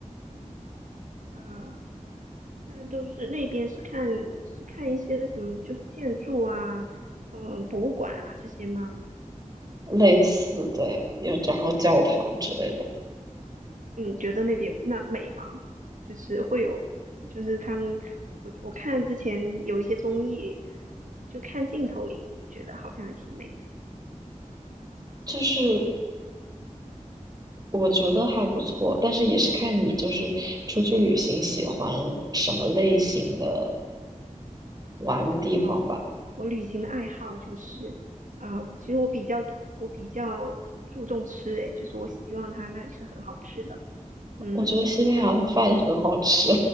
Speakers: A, on the right; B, on the right.
A: 呃，那都是那边是看是看一些什么，就是建筑啊，嗯，博物馆啊这些吗？
B: 类似对，要然后教堂之类的，
A: 嗯，觉得那边那美吗？就是会有，就是他们，我我看之前有一些综艺，就看镜头里觉得好像还挺美的。
B: 就是我觉得还不错，但是也是看你就是出去旅行喜欢什么类型的玩的地方吧。
A: 哦，我旅行的爱好就是，啊、其实我比较我比较注重吃，诶，就是我希望他那里是很好吃的，嗯，
B: 我觉得西班牙的饭很好吃。
A: 还有